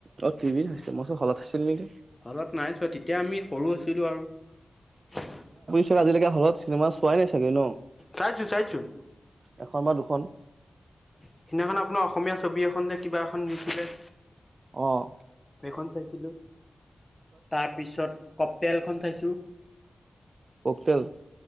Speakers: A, on the right; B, on the left.
A: অ' টিভিত চাইছিল মই বোলো হলত চাইছিল নেকি।
B: হলত নাই চোৱা, তেতিয়া আমি সৰু আছিলো আৰু।
A: তই আজিলৈকে হলত চিনেমা চোৱাই নাই চাগৈ ন
B: চাইছোঁ চাইছোঁ।
A: এখন বা দুখন।
B: সিদিনাখন আপোনাৰ অসমীয়া ছবি এখন যে কিবা এখন দিছিলে।
A: আহ
B: সেই খন চাইছিলো তাৰপিছত কপেলখন চাইছো।
A: কোকটেল